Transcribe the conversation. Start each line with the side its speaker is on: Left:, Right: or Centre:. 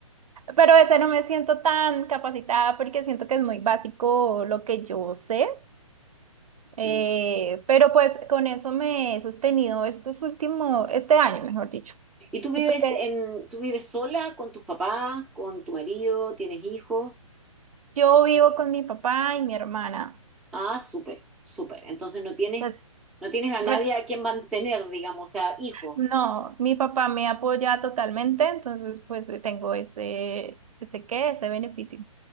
Right: Pero ese no me siento tan capacitada porque siento que es muy básico lo que yo sé. eh,
Centre: Mm.
Right: pero pues con eso me he sostenido estos últimos, este año, mejor dicho.
Centre: ¿Y tú
Right: Sí,
Centre: vives
Right: porque
Centre: en, tú vives sola con tus papás, con tu marido, tienes hijos?
Right: yo vivo con mi papá y mi hermana.
Centre: Ah, súper, súper. Entonces no tienes,
Right: Pues,
Centre: no tienes a nadie
Right: res-
Centre: a quien mantener, digamos, o sea, hijos.
Right: no, mi papá me apoya totalmente, entonces pues tengo ese, ese qué, ese beneficio.